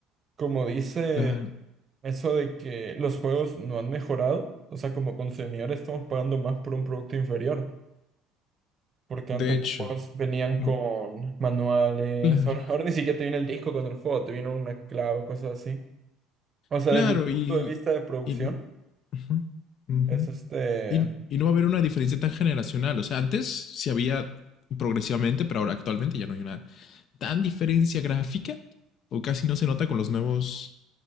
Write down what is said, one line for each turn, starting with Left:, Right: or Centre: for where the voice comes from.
Right: como dice
Left: Claro,
Right: eso de que los juegos no han mejorado, o sea, como consumidores estamos pagando más por un producto inferior. Porque
Left: de
Right: antes
Left: hecho,
Right: los juegos venían
Left: mm,
Right: con manuales.
Left: claro,
Right: Ahora, ahora ni siquiera te viene el disco con el juego, te viene una clave, o cosas así. O sea,
Left: claro,
Right: desde el punto
Left: y...
Right: de vista de producción.
Left: y uh -huh, uh -huh.
Right: Es este.
Left: Y, y no va a haber una diferencia tan generacional. O sea, antes sí había progresivamente, pero ahora actualmente ya no hay una tan diferencia gráfica o casi no se nota con los nuevos